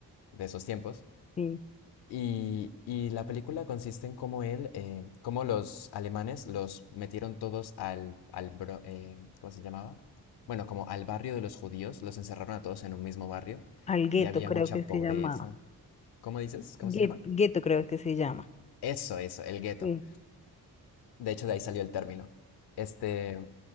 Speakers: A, on the left; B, on the left.
A: de esos tiempos
B: Sí.
A: y, y la película consiste en cómo él, eh, cómo los alemanes los metieron todos al, al bro- eh, ¿cómo se llamaba? Bueno, como al barrio de los judíos, los encerraron a todos en un mismo barrio
B: Al gueto
A: y había
B: creo
A: mucha
B: que se
A: pobreza.
B: llamaba.
A: ¿Cómo dices? ¿Cómo
B: Guet-
A: se llama?
B: Gueto creo que se llama.
A: Eso, eso, el gueto.
B: Sí.
A: De hecho, de ahí salió el término. Este,